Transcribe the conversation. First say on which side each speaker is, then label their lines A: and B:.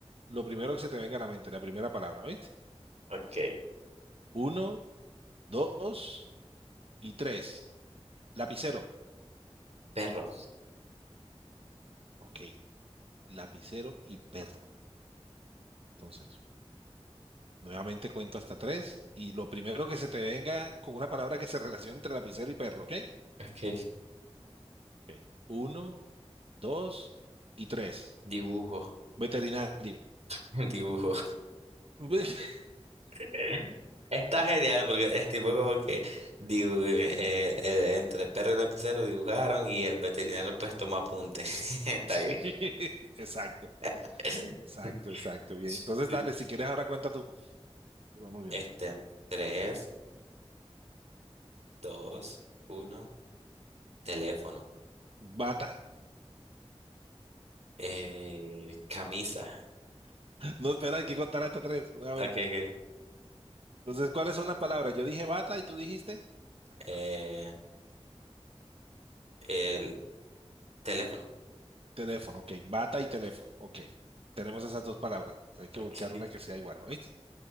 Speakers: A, on the right (about 60°); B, on the right (about 90°).
A: Lo primero que se te venga a la mente, la primera palabra, ¿viste?
B: ok.
A: Uno, dos y tres. Lapicero.
B: Perro.
A: Ok, lapicero y perro. Entonces, nuevamente cuento hasta tres y lo primero que se te venga con una palabra que se relacione entre lapicero y perro, ¿ok?
B: Ok.
A: Ok. Uno, dos y tres.
B: Dibujo,
A: Veterinario.
B: <laughs> dibujo.
A: <laughs>
B: <laughs> Está genial porque es tipo como que dibu- eh, eh, entre el perro y el lapicero dibujaron y el veterinario pues tomó apunte. <laughs> Está
A: Sí,
B: bien.
A: <laughs> exacto,
B: <laughs>
A: exacto, exacto. Bien.
B: Sí.
A: Entonces, dale, si quieres, ahora cuenta tú. Vamos bien.
B: Este, tres, dos, uno, teléfono.
A: Bata.
B: Eh, camisa.
A: <laughs> No, espera, hay que contar hasta tres, nuevamente.
B: Ok, ok.
A: Entonces, ¿cuáles son las palabras? Yo dije bata y tú dijiste
B: Eh, el teléfono.
A: teléfono. Ok, bata y teléfono. Ok, tenemos esas dos palabras. Hay que
B: Ok.
A: buscar una que sea igual. ¿Oíste?